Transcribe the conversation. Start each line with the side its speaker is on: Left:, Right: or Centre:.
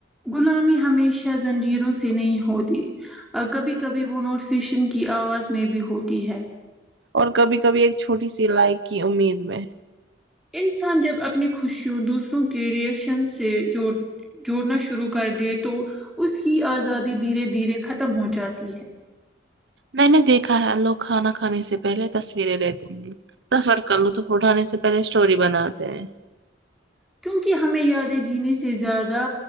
Centre: غلامی ہمیشہ زنجیروں سے نہیں ہوتی کبھی کبھی وہ نوٹ فیشن کی آواز میں بھی ہوتی ہے
Right: اور کبھی کبھی ایک چھوٹی سی لائک کی امید میں
Centre: انسان جب اپنی خوشیوں دوسروں کے ریئیکشن سے جو جوڑنا شروع کر دے تو اس کی آزادی دھیرے دھیرے ختم ہو جاتی ہے
Right: میں نے دیکھا ہے لوگ کھانا کھانے سے پہلے تصویریں لیتے ہ گے سفر کر لو تو اٹھانے سے پہلے اسٹوری بناتے ہیں
Centre: کیونکہ ہمیں یادیں جینے سے زیادہ